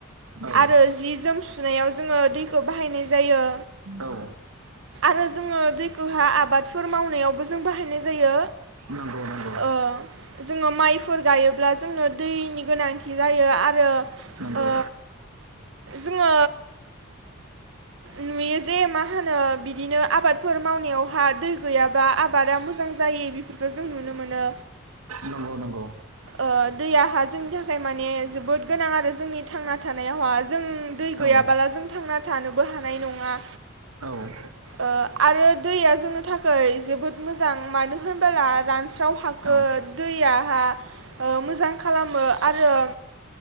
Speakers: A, on the right; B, on the right.
A: औ
B: आरो जि जोम सुनायाव जोङो दैखौ बाहायनाय जायो।
A: औ
B: आरो जोङो दैखौहा आबादफोर मावनायावबो जों बाहायनाय जायो
A: नंगौ नंगौ
B: ओ जोङो माइफोर गायोब्ला जोंनो दैनि गोनांथि जायो। आरो
A: नंगौ
B: ओ जोङो नुयो जे मा मा होनो बिदिनो आबादफोर मावनायावहा दै गैयाबा आबादा मोजां जायि बेफोरखौ जों नुनो मोनो।
A: नंगौ नंगौ।
B: ओ दैयाहा जोंनि थाखाय माने जोबोद गोनां आरो जोंनि थांना थानायावहा जों दै
A: औ
B: गैयाबाला जों थांना थानोबो हानाय नङा।
A: औ
B: ओ आरो दैया जोंनि थाखाय जोबोद मोजां मानो होनबोला रानस्राव हाखो
A: औ
B: दैयाहा मोजां खालामो आरो